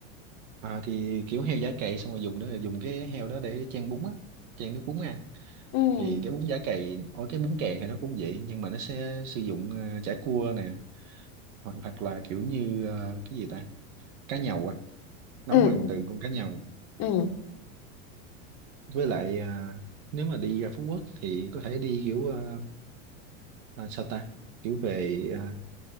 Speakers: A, on the right (about 70°); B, on the left (about 45°).
A: à, thì kiểu heo chả cày xong rồi dùng đó là dùng cái heo đó để chan bún á chan nước bún ăn
B: ừ
A: thì cái bún chả cày ở cái bún càng thì nó cũng vậy nhưng mà nó sẽ sử dụng ờ, chả cua nè hoặc hoặc là kiểu như ờ, cái gì ta cá nhầu á nấu
B: ừ
A: bằng từ con cá nhầu
B: ừ
A: với lại ờ, nếu mà đi ra Phú Quốc thì có thể đi kiểu ờ, à, sao ta kiểu về ờ,